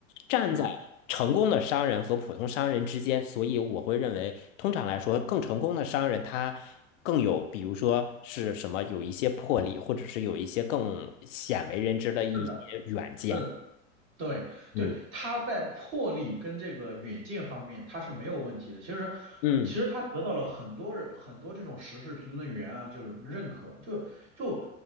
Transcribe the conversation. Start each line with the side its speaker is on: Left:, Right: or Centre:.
Left: 站在成功的商人和普通商人之间，
Right: 是
Left: 所以我会认为，通常来说，更成功的商人他更有，比如说是什么，有一些魄力，或者是有一些更鲜为人知的一些远见。
Right: 是的，是的。对对，
Left: 嗯
Right: 他在魄力跟这个远见方面他是没有问题的。其实，
Left: 嗯，
Right: 其实他得到了很多人很多这种时事评论员啊，就是认可，就就